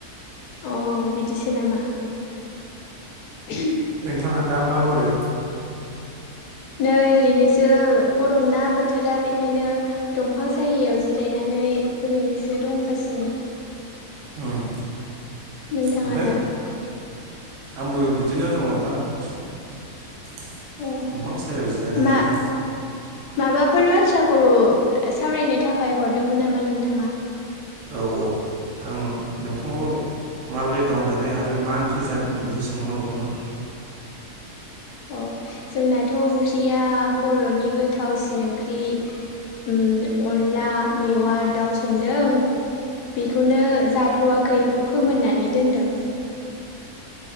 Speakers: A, on the left; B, on the right.
A: अ बिदिसो नामा? <unintelligible>
B: बिथा दा मा मावदो?
A: नै ओरैनोसो गरम ना बोथोरा बेखायनो दंफां साययाव जिरायनानै ओरैनोसो दंगासिनो।
B: उम
A: नोंथाङालाय?
B: ओमफ्राय आंबो बिदिनो दङ दा। दंफां
A: अ
B: सायायाव जिरायनानैनो।
A: मा माबाफोर बाथ्राखौ सावरायनो थाखाय हरदोंमोन नामा नोंथाङा?
B: औ औ आं नोंथांखौ माबोरै दं लानाय आरो मा ओंख्रै फि जादों होननानैसो सोंहरना हरदोंमोन
A: अ जोंनाथ' ओंख्रिया बर'नि गोथावसिन ओंख्रि ओ अनला मेवा दाउ संदों बेखौनो जाथ'वाखै फोमोननानै दोनदों